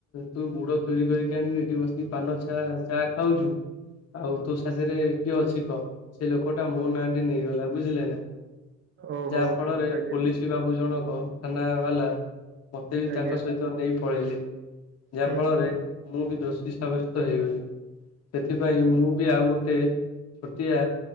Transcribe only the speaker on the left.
ତୁ ବୁଡ ଚୋରି କରିକି ଆଣିକି ଏଠି ବ ପାନଛା ଚାହା ଖାଉଛୁ ଆଉ ତୋ ସାଥିରେ କିଏ ଅଛି କହ ସେ ଲୋକଟା ମୋ ନାଁଟି ନେଇଗଲା ବୁଝିଲେ ନା
ଯାହା
ଫଳରେ
ପୋଲିସ ବାବୁ ଜଣକ ଥାନା ବାଲା ମତେ ବି ତାଙ୍କ
ସହିତ ନେଇ ପଳେଇଲେ ଯାହା
ଫଳରେ ମୁଁ ବି ଦୋଷୀ ସାବ୍ୟସ୍ତ ହେଇଗଲିି ସେଥିପାଇଁ ମୁଁ ବି ଆଉ ଗୋଟେ ଛୋଟିଆ